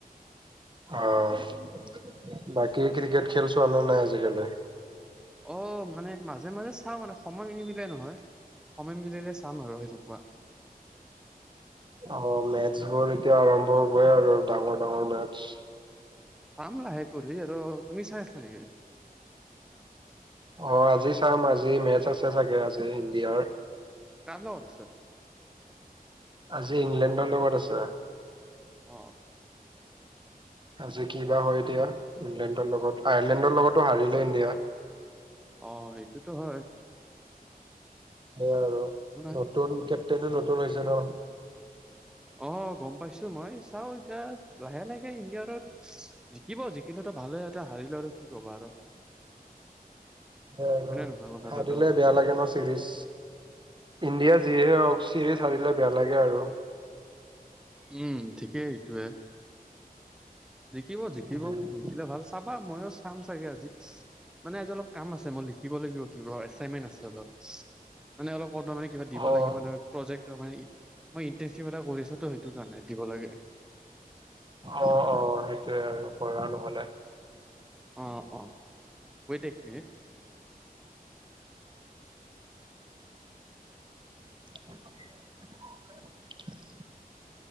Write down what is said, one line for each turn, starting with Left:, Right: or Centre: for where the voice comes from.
Right: অঁ' বাকি ক্ৰিকেট খেল চোৱা নে নাই আজিকালি?
Centre: অঁ' মানে মাজে-মাজে চাওঁ মানে সময় নিমিলে নহয়। সময় মিলিলে চাম আৰু এনেকুৱা।
Right: অঁ' মেটচ বোৰ এতিয়া আৰম্ভ হ'বই আৰু ডাঙৰ-ডাঙৰ মেটচ।
Centre: চাম লাহে কৰি আৰু তুমি চাই আছা নেকি?
Right: অঁ' আজি চাম আজি মেচ আছে চাগে আজি ইণ্ডিয়াৰ।
Centre: কাৰ লগত আছে?
Right: আজি ইংলেণ্ডৰ লগত আছে।
Centre: অঁ।
Right: আজি কি বা হয় এতিয়া ইংলেণ্ডৰ লগত, আয়াৰলেণ্ডৰ লগতো হাৰিলে ইণ্ডিয়া।
Centre: অঁ' সেইটোতো হয়।
Right: সেইয়াই আৰু
Centre: নাই
Right: নতুন কেপ্টেইনো নতুন হৈছে ন'।
Centre: অঁ' গম পাইছো মই, চাওঁ এতিয়া লাহে- লাহেকে ইণ্ডিয়াৰত জিকিব, জিকিলে তো ভালেই, এতিয়া হাৰিলে আৰু কি ক'বা আৰু।
Right: অঁ',
Centre: হয়নে
Right: অঁ',
Centre: নহয় কথাটোতো
Right: হাৰিলে বেয়া লাগে ন চিৰিজ, ইণ্ডিয়া যিয়ে হওঁক চিৰিজ হাৰিলে বেয়া লাগে আৰু।
Centre: উমঁ' ঠিকেই এইটোৱে। জিকিব, জিকিব,
Right: উম।
Centre: জিকিলে ভাল, চাবা ময়ো চাম চাগে আজি। মানে আজি অলপ কাম আছে, মই লিখিব লাগিব। কিবা এচাইনমেন্ট আছে অলপ। মানে অলপ ক'ত বা মানে কিবা দিব
Right: অ',
Centre: লাগিব মানে। প্ৰজেক্টৰ মানে ই, মানে ইন্টাৰ্ণশ্বিপ এটা কৰি আছো ত' সেইটো কাৰণে দিব লাগে।
Right: অ অ সেইটোয়ে আৰু কৰা নহলে।
Centre: অ অ ৱেট এক মিনিট।
Right: <inaudible>